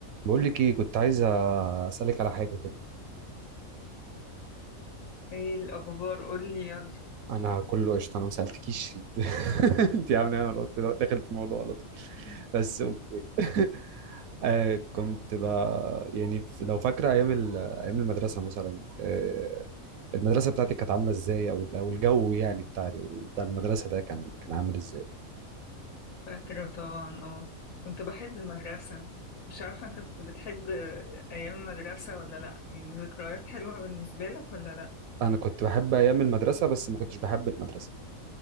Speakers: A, on the right (about 80°); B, on the left (about 75°).
A: بقول لك ايه كنت عايز اسالك على حاجه كده
B: ايه الاخبار قولي يلا
A: انا كله قشطه انا ما سالتكيش <laughs> انت عامله ايه انا قلت داخل في الموضوع على طول بس اوكي <laughs> آه كنت ب... يعني لو فاكره ايام ال... ايام المدرسه مثلا آه المدرسه بتاعتك كانت عامله ازاي او او الجو يعني بتاع ال... بتاع المدرسه ده كان كان عامل ازاي
B: فاكره طبعا اه كنت بحب المدرسه مش عارفه انت كنت بتحب ايام المدرسه ولا لا يعني ذكريات حلوه بالنسبه لك ولا لا
A: انا كنت بحب ايام المدرسه بس ما كنتش بحب المدرسه